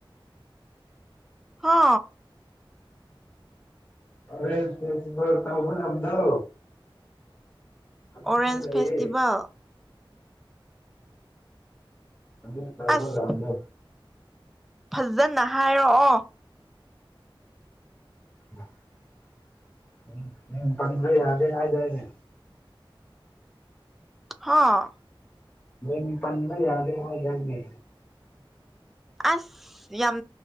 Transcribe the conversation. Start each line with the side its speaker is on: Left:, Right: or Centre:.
Centre: ꯍꯥ
Left: ꯑꯣꯔꯦꯁ ꯐꯦꯁꯇꯤꯚꯦꯜ ꯇꯧꯕ ꯂꯝꯗꯣ ꯑꯗꯨꯗ
Centre: ꯑꯣꯔꯦꯟꯖ
Left: ꯂꯩꯌꯦ
Centre: ꯐꯦꯁꯇꯤꯚꯦꯜ
Left: ꯑꯗꯨꯅ ꯀꯔꯝꯕ
Centre: ꯑꯁ
Left: ꯂꯝꯅꯣ
Centre: ꯐꯖꯅ ꯍꯥꯏꯔꯛꯑꯣ
Left: <inaudible> ꯎꯝ ꯅꯪ ꯄꯟꯕ ꯌꯥꯗꯦ ꯍꯥꯏꯗꯥꯏꯅꯦ
Centre: ꯍꯥꯥ
Left: ꯃꯤꯡ ꯄꯟꯕ ꯌꯥꯗꯦ ꯍꯥꯏꯗꯥꯏꯅꯦ
Centre: ꯑꯁ ꯌꯥꯝ